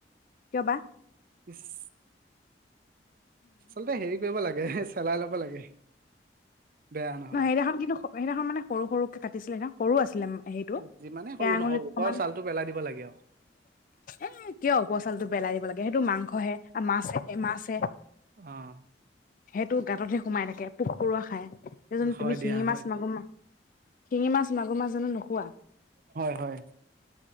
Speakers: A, on the left; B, on the right.
A: কিয় বা।
B: ইচ্। আচলতে হেৰি কৰিব লাগে চেলাই ল'ব লাগে।
A: <unintelligible>
B: বেয়া নহ'লে।
A: সেইদিনাখন কিন্তু সেইদিনাখন মানে সৰু সৰুকে কাটিচিলে ন, সৰু আছিলে সেইটো
B: যিমানে সৰু
A: কেয়া আঙুলিটো
B: নহওক ওপৰৰ
A: সমান,
B: ছালটো পেলাই দিব লাগে আৰু
A: এ কিয় ওপৰৰ ছালটো পেলাই দিব লাগে সেই টো মাংস হে মাছে মাছে
B: অঁ।
A: সেইটো গাঁততহে সোমাই থাকে। পোক পৰুৱা খায়। <unintelligible>
B: হয়
A: তুমি
B: দিয়া
A: সিঙি
B: হয়
A: মাছ মাগোৰ মা শিঙি মাছ মাগুৰ মাছ জানো নোখ খোৱা,
B: হয় হয়